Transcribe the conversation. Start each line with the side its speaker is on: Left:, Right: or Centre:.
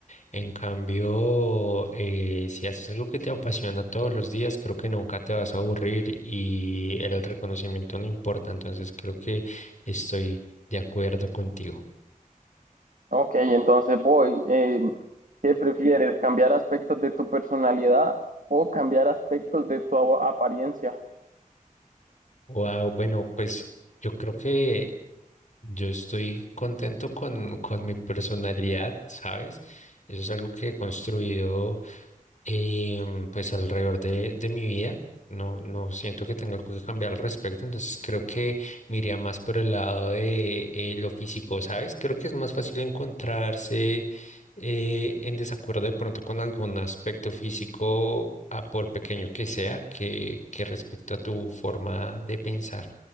Left: En cambio, eh, si haces algo que te apasiona todos los días, creo que nunca te vas a aburrir y el reconocimiento no importa. Entonces, creo que estoy de acuerdo contigo.
Right: Ok, entonces voy. Eh, ¿qué prefieres? ¿Cambiar aspectos de tu personalidad o cambiar aspectos de tu a- apariencia?
Left: Wow, bueno, pues yo creo que yo estoy contento con, con mi personalidad, ¿sabes? Eso es algo que he construido em, pues alrededor de, de mi vida. No, no siento que tenga algo que cambiar al respecto, entonces creo que me iría más por el lado de eh, lo físico, ¿sabes? Creo que es más fácil encontrarse eh, en desacuerdo de pronto con algún aspecto físico, a por pequeño que sea, que, que respecto a tu forma de pensar.